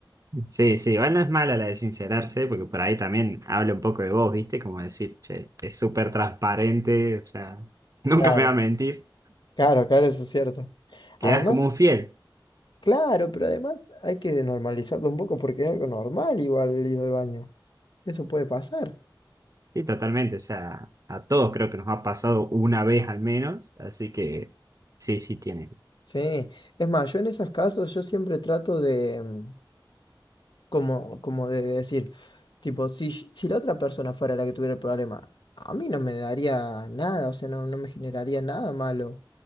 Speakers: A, on the right; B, on the left.
A: Sí, sí, igual no es mala la de sincerarse, porque por ahí también habla un poco de vos, ¿viste? Como decir, che, es súper transparente, o sea, <laughs> nunca
B: Claro,
A: me va a mentir.
B: claro, claro, eso es cierto.
A: Quedás
B: Además,
A: como un fiel.
B: Claro, pero además hay que normalizarlo un poco porque es algo normal igual el ir al baño. Eso puede pasar.
A: Sí, totalmente, o sea, a todos creo que nos ha pasado una vez al menos, así que sí, sí, tiene,
B: Sí. Es más, yo en esos casos yo siempre trato de mm, como, como de decir, tipo, si, sh- si la otra persona fuera la que tuviera el problema, a mí no me daría nada, o sea, no, no me generaría nada malo.